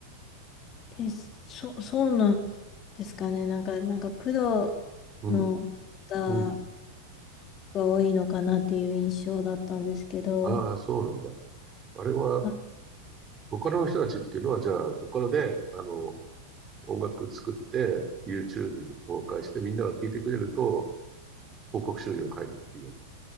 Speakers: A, on the left; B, on the right.
A: え、そ、そうなんですかね。なんか、なんかプロ
B: うん。
A: の方
B: うん。
A: が多いのかなっていう印象だったんですけど、
B: ああ、そうなんだ。あれは、
A: あ、
B: ボカロの人たちっていうのは、じゃあ、ボカロで、あの、音楽作って、YouTube に公開して、みんなが聴いてくれると、広告収入が入るっていう。